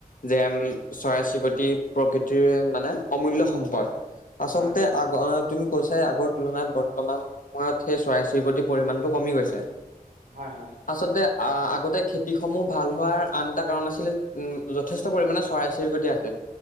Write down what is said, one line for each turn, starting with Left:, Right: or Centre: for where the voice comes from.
Left: যে আমি চৰাই-চিৰিকতি প্ৰকৃতিৰ মানে অমূল্যয় সম্পদ। আচলতে
Right: হয় হয়
Left: অহ, তুমি কৈছাই আগৰ তুলনাত বৰ্তমান সময়ত সেই চৰাই-চিৰিকতি পৰিমাণটো কমি গৈছে।
Right: হয়, হয়।
Left: আচলতে আ-আগতে খেতিসমূহ ভাল হোৱাৰ আন এটা কাৰণ আছিলে উম, যথেষ্ট। ষথেষ্ট পৰিমাণে চৰাই-চিৰিকট আছিল,